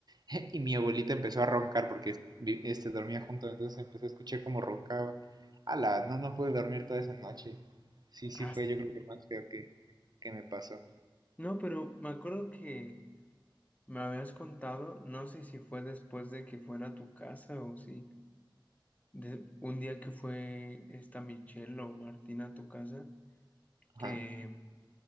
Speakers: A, on the right; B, on the left.
A: <laughs> y mi abuelita empezó a roncar porque es- vi- este, dormía junto, entonces empecé a escuchar cómo roncaba. Ala, no, no pude dormir toda esa noche. Sí, sí,
B: Ah,
A: fue
B: su
A: yo creo que lo más feo que, que me pasó.
B: no, pero me acuerdo que me habías contado, no sé si fue después de que fuera a tu casa o si. de un día que fue esta Michelle o Martina a tu casa,
A: Ajá.
B: que,